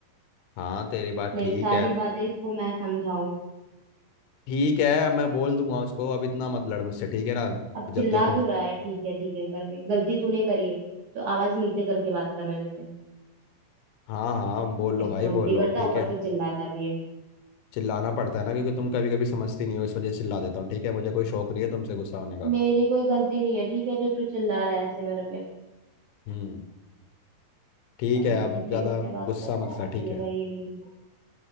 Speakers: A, on the left; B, on the right.
A: हाँ तेरी बात
B: नहीं
A: ठीक
B: सारी
A: है
B: बातें इसको मैं समझाऊं
A: ठीक है अब मैं बोल दूंगा उसको अब इतना मत लड़ मुझसे ठीक है ना
B: अब चिल्ला
A: जब देखो
B: क्यों रहा है ठीक है ठीक है करके गलती तूने करी है तो आवाज नीचे करके बात कर मेरे से
A: हाँ हाँ बोल लो
B: एक
A: भाई
B: तो गलती
A: बोल लो
B: करता
A: ठीक
B: है ऊपर
A: है
B: से चिल्लाता भी है
A: चिल्लाना पड़ता है ना क्योंकि तुम कभी कभी समझती नहीं हो इस वजह से चिल्ला देता हूँ ठीक है मुझे कोई शौक नहीं है तुमसे गुस्सा होने का
B: मेरी कोई गलती नहीं है ठीक है जो तू चिल्ला रहा है ऐसे मेरे पे
A: हम्म ठीक
B: पता
A: है
B: नहीं
A: अब
B: किससे
A: ज़्यादा
B: किससे बात
A: गुस्सा
B: करता
A: मत
B: है और
A: कर
B: बोलेगा
A: ठीक है
B: ये नहीं वो